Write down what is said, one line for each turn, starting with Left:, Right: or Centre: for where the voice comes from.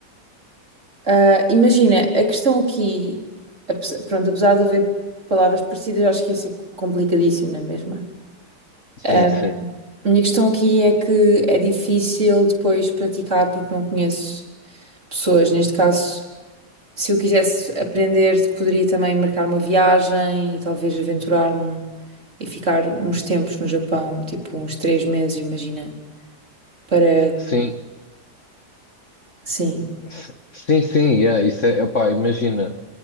Right: Ah, imagina, a questão aqui, apes- pronto, apesar de haver palavras parecidas, acho que isso é complicadíssimo, não é mesmo?
Left: Sim,
Right: Ah,
Left: sim.
Right: a minha questão aqui é que é difícil depois praticar porque não conheço pessoas. Neste caso, se eu quisesse aprender, poderia também marcar uma viagem e talvez aventurar-me e ficar uns tempos no Japão, tipo uns três meses, imagina, para,
Left: Sim,
Right: sim.
Left: s- sim, sim, yeah, isso é, opá, imagina,